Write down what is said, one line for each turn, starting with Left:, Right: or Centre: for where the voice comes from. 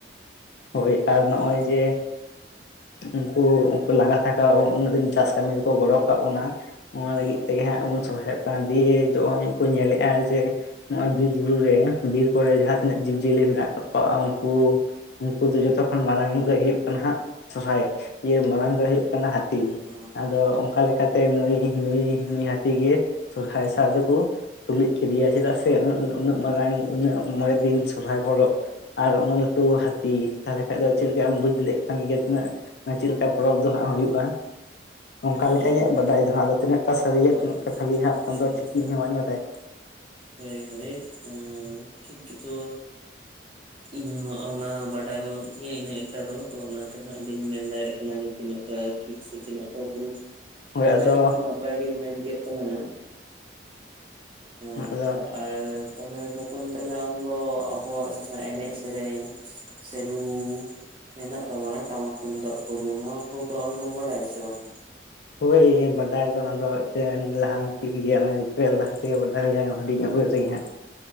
Left: ᱦᱳᱭ ᱟᱨ
Right: ᱦᱳᱭ
Left: ᱱᱚᱜᱼᱚᱭ ᱡᱮ ᱩᱱᱠᱩ ᱩᱱᱠᱩ ᱞᱟᱸᱜᱟ ᱛᱷᱟᱠᱟᱣ ᱩᱱᱟᱹᱜ ᱫᱤᱱ ᱪᱟᱥ ᱠᱟᱹᱢᱤ ᱨᱮᱠᱚ ᱜᱚᱲᱚ ᱟᱠᱟᱫ ᱵᱚᱱᱟ, ᱚᱱᱟ
Right: ᱦᱚᱸ
Left: ᱞᱟᱹᱜᱤᱫ ᱛᱮᱜᱮ ᱦᱟᱸᱜ ᱵᱚᱱ ᱥᱚᱦᱨᱟᱭᱚᱜ ᱠᱟᱱᱟ, ᱫᱤᱭᱮ ᱦᱚᱜᱼᱚᱭ ᱠᱚ ᱧᱮᱞᱮᱫᱼᱟ ᱡᱮ ᱱᱚᱜ-ᱚᱭ ᱵᱤᱨ ᱵᱩᱨᱩ ᱨᱮ, ᱵᱤᱨ ᱠᱚᱨᱮ ᱡᱟᱦᱟᱸᱛᱤᱱᱟᱹᱜ ᱡᱤᱵᱽ ᱡᱤᱭᱟᱹᱞᱤ ᱢᱮᱱᱟᱜ ᱠᱟᱜ ᱠᱚᱣᱟ ᱩᱱᱠᱩ ᱩᱱᱠᱩ ᱫᱚ ᱡᱚᱛᱚ ᱠᱷᱚᱱ ᱢᱟᱲᱟᱝ ᱫᱚᱭ ᱦᱩᱭᱩᱜ ᱠᱟᱱᱟ ᱦᱟᱸᱜ ᱥᱚᱨᱦᱟᱭ ᱤᱭᱟᱹ ᱢᱟᱲᱟᱝ ᱫᱚᱭ ᱦᱩᱭᱩᱜ ᱠᱟᱱᱟ ᱦᱟᱹᱛᱤ᱾
Right: ᱦᱚᱸ
Left: ᱟᱫᱚ ᱚᱱᱠᱟ ᱞᱮᱠᱟ ᱛᱮ ᱱᱩᱭ ᱱᱩᱭ ᱱᱩᱭ ᱦᱟᱹᱛᱤ ᱜᱮ ᱥᱚᱨᱦᱟᱭ ᱥᱟᱸᱣ ᱫᱚ ᱠᱚ ᱛᱩᱞᱩᱡ ᱠᱮᱫᱮᱭᱟ ᱪᱮᱫᱟᱜ ᱥᱮ ᱩᱱᱟᱹᱜ ᱮ ᱩᱱᱟᱹᱜ ᱢᱟᱨᱟᱝ ᱩᱱᱟᱹᱜ ᱢᱚᱬᱮ ᱫᱤᱱ ᱥᱚᱨᱦᱟᱭ ᱯᱚᱨᱚᱵᱽ, ᱟᱨ ᱩᱱᱟᱹᱜ ᱞᱟᱹᱴᱩ ᱦᱟᱹᱛᱤ ᱛᱟᱞᱦᱮ ᱠᱷᱟᱡ ᱫᱚ ᱪᱮᱫ ᱞᱮᱠᱟ ᱟᱢ ᱵᱩᱡ ᱫᱟᱲᱮᱜ ᱠᱟᱱ ᱜᱮᱭᱟ ᱛᱤᱱᱟᱹᱜ ᱚᱱᱟ ᱪᱮᱫ ᱞᱮᱠᱟ ᱯᱚᱨᱚᱵᱽ ᱫᱚ ᱦᱟᱸᱜ ᱦᱩᱭᱩᱜᱼᱟ᱾ ᱚᱱᱠᱟ
Right: ᱚ
Left: ᱞᱮᱠᱟ
Right: ᱟᱪᱪᱷᱟ
Left: ᱤᱧᱟᱹᱜ ᱵᱟᱰᱟᱭ
Right: ᱟᱪᱪᱷᱟ
Left: ᱫᱚ ᱦᱟᱸᱜ ᱟᱫᱚ ᱛᱤᱱᱟᱹᱜᱴᱟ ᱥᱟᱹᱨᱤᱭᱟ
Right: ᱚ
Left: ᱛᱤᱱᱟᱜ ᱠᱷᱟᱹᱞᱤ ᱦᱟᱸᱜ
Right: ᱟᱪᱪᱷᱟ
Left: ᱚᱱᱟᱫᱚ ᱴᱷᱤᱠ
Right: ᱟᱪᱪᱷᱟ
Left: ᱤᱧ ᱦᱚᱸ ᱵᱟᱹᱧ ᱵᱟᱰᱟᱭᱟ᱾
Right: ᱦᱳᱭ ᱦᱳᱭ ᱮᱸ ᱴᱷᱤᱠ ᱜᱮᱛᱚ, ᱤᱧ ᱦᱚᱸ ᱚᱱᱟ ᱵᱟᱰᱟᱭ ᱵᱟᱹᱱᱩᱜ ᱛᱤᱧᱟᱹ ᱤᱱᱟᱹᱜ ᱮᱠᱴᱟ ᱫᱚ ᱛᱚ ᱚᱱᱟᱛᱮ ᱦᱟᱸᱜ ᱵᱟᱹᱧ ᱢᱮᱱ ᱫᱟᱲᱮᱭᱟᱜ ᱠᱟᱱᱟ ᱡᱮ ᱛᱤᱱᱟᱹᱜ ᱴᱟ ᱴᱷᱤᱠ ᱥᱮ ᱛᱤᱱᱟᱹᱜ ᱴᱟ ᱵᱷᱩᱞ᱾
Left: ᱦᱳᱭ
Right: ᱛᱚ
Left: ᱟᱫᱚ
Right: ᱡᱟᱭᱦᱳᱠ ᱱᱟᱯᱟᱭ ᱜᱮᱢ ᱢᱮᱱ ᱠᱮᱫ ᱛᱟᱞᱟᱝ-ᱟ᱾ ᱟᱪᱪᱷᱟ
Left: ᱟᱫᱚ
Right: ᱟᱨ ᱛᱟᱦᱞᱮ ᱵᱚᱠᱚᱧ ᱛᱟᱦᱞᱮ ᱟᱢ ᱫᱚ ᱟᱵᱚᱣᱟᱜ ᱡᱟᱦᱟᱸ ᱮᱱᱮᱡ ᱥᱮᱨᱮᱧ ᱥᱮ ᱨᱩ ᱦᱮᱱᱟᱜ ᱛᱟᱵᱚᱱᱟ ᱴᱟᱢᱟᱠ ᱛᱩᱢᱫᱟᱜ ᱨᱩ ᱱᱚᱣᱟ ᱠᱚᱫᱚ ᱟᱢ ᱫᱚᱢ ᱵᱟᱲᱟᱭᱟ ᱥᱮ ᱵᱟᱝ?
Left: ᱦᱳᱭ ᱵᱟᱰᱟᱭ ᱫᱚ ᱚᱱᱟ ᱫᱚ ᱮᱴᱮᱱ ᱞᱟᱦᱟᱱᱛᱤ ᱜᱮᱭᱟ ᱚᱱᱟ ᱡᱚᱛᱚ ᱠᱷᱚᱡ ᱞᱟᱦᱟ ᱛᱮᱜᱮ ᱵᱟᱰᱟᱭ ᱦᱩᱭᱩᱜ-ᱟ ᱦᱩᱰᱤᱧ ᱩᱢᱮᱨ ᱨᱮᱜᱮ ᱦᱟᱸᱜ᱾